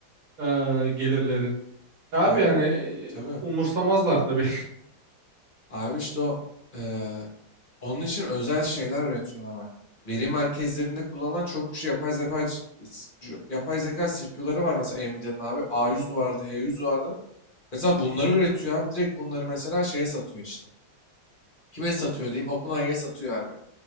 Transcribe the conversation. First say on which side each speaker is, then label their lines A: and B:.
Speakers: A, on the right (about 50°); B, on the left (about 40°).
A: eee, gelirlerin. Abi
B: Abi
A: yani e,
B: tabii.
A: umursamazlar tabii.
B: Abi işte o eee, onun için özel şeyler üretiyorlar bak. Veri merkezlerinde kullanılan çok güçlü yapay zeka c- c- yapay zeka CPU'ları var mesela Nvidia'nın abi. A100 vardı, H100 vardı. Mesela bunları üretiyor abi. Direkt bunları mesela şeye satıyor işte. Kime satıyor diyeyim? OpenAI'ye satıyor abi.